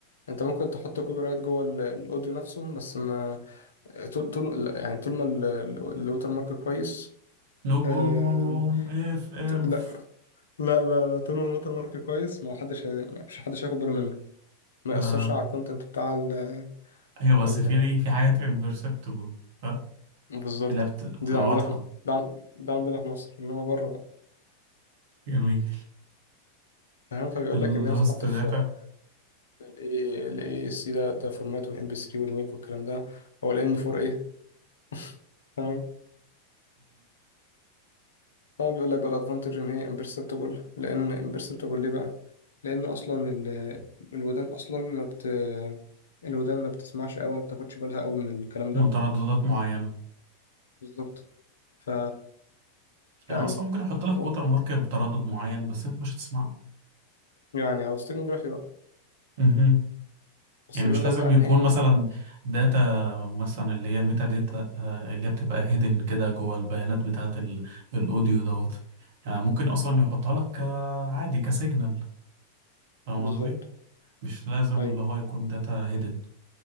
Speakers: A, on the left; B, on the right.
A: انت ممكن تحط كوبي رايت جوه ال- الاوديو نفسه بس ما آه، طول طول يعني طول ما ال- ال- الوتر مارك كويس
B: نجوم
A: آه...
B: اف اف
A: لا لا لا لا طول ما الوتر مارك كويس ما حدش هي... مش حدش هياخد باله منه ما
B: آه
A: يأثرش على الكونتنت بتاع ال
B: أيوه
A: ال
B: بس في في حاجات imperceptible ها
A: بالظبط
B: اللي هي بت- بتبقى
A: دي عندنا
B: واضحة
A: في ده, عن... ده عندنا في مصر انما بره لا
B: جميل
A: فاهم فبيقول
B: اللاست
A: لك ان هي بتتحط
B: داتا
A: في ال اي سي ده ده فورمات والام بي 3 والويف والكلام ده او الام 4 ايه <laughs> تمام طبعا بيقول لك بقى الادفانتج ان هي امبرسبتبل لان امبرسبتبل ليه بقى لان اصلا ال... الودان اصلا ما بت الودان ما بتسمعش قوي ما بتاخدش بالها قوي من الكلام
B: مترددات
A: ده
B: معينة
A: بالظبط ف
B: يعني
A: يعني
B: اصلا ممكن احط لك كوتر
A: هو-
B: مارك بتردد معين بس انت مش هتسمعه
A: يعني او ستيرنوجرافي
B: مهم.
A: بس
B: يعني
A: بيقول
B: مش لازم
A: لك بقى ان
B: يكون
A: هي ممكن
B: مثلا داتا مثلا اللي هي ميتا داتا آه، اللي هي بتبقى هيدن كده جوه البيانات بتاعة ال- الاوديو دوت يعني ممكن اصلا يحطها لك ك- عادي كسيجنال فاهم
A: بالظبط
B: قصدي مش لازم
A: ايوه
B: اللي هو يكون داتا هيدن